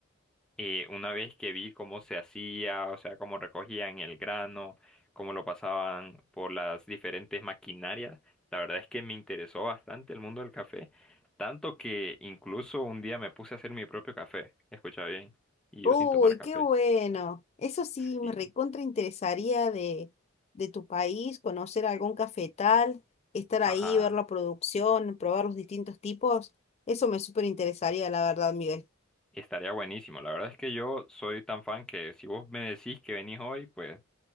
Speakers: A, in the centre; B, on the left.
A: y una vez que vi cómo se hacía, o sea, cómo recogían el grano, cómo lo pasaban por las diferentes maquinarias, la verdad es que me interesó bastante el mundo del café, tanto que incluso un día me puse a hacer mi propio café, escucha bien, y
B: Uy,
A: yo sin tomar café.
B: qué bueno. Eso sí,
A: Sí.
B: me recontra interesaría de, de tu país, conocer algún cafetal, estar ahí,
A: Ajá,
B: ver la producción, probar los distintos tipos. Eso me súper interesaría, la verdad, Miguel.
A: estaría buenísimo. La verdad es que yo soy tan fan que si vos me decís que venís hoy, pues